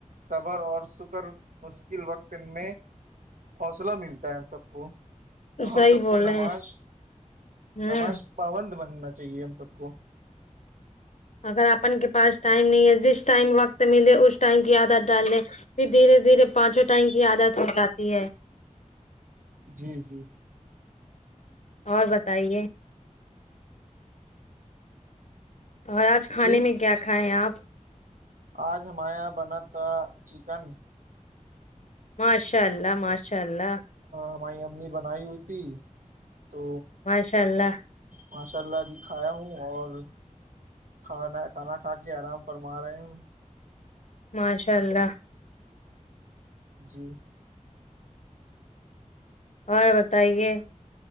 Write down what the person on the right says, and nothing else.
صبر اور سکر مشکل وقت میں حوصلہ ملتا ہے ہم سب کو تو
ہم سب
کو نماز
نماز پابند بننا چاہیے ہم سب کو
جی جی
جی
آج ہمارے یہاں بنا تھا چکن
ہماری امی بنائی ہوئی تھی تو
ماشاء اللہ ابھی کھایا ہوں اور کھانا کھانا کھا کے آرام فما رہے ہ
جی